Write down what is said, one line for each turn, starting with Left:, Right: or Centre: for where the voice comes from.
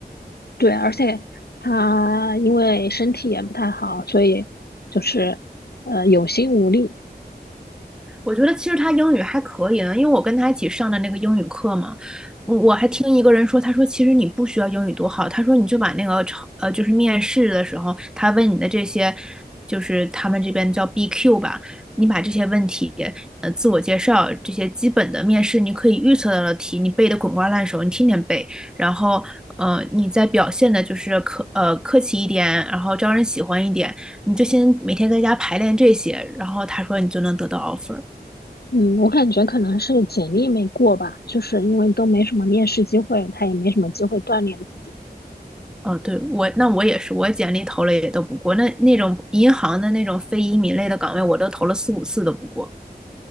Left: 对，而且他因为身体也不太好，所以就是呃有心无力。
Centre: 我觉得其实他英语还可以呢，因为我跟他一起上的那个英语课嘛，我我还听一个人说，他说其实你不需要英语多好，他说你就把那个超呃就是面试的时候他问你的这些，就是他们这边叫 BQ 吧，你把这些问题呃自我介绍这些基本的面试你可以预测到的题，你背得滚瓜烂熟，你天天背，然后呃你再表现的就是客呃客气一点，然后招人喜欢一点，你就先每天在家排练这些，然后他说你就能得到 offer。
Left: 嗯，我感觉可能是简历没过吧，就是因为都没什么面试机会，他也没什么机会锻炼自己。
Centre: 哦，对，我，那我也是，我简历投了也都不过，那那种银行的那种非移民类的岗位，我都投了四五次都不过。